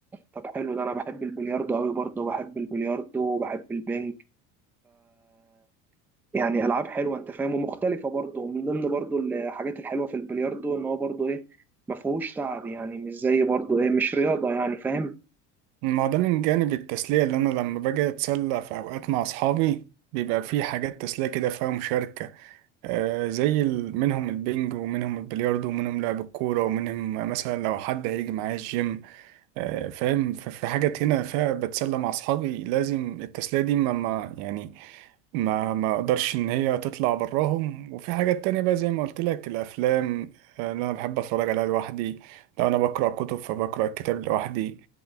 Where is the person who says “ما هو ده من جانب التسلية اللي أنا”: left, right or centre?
Right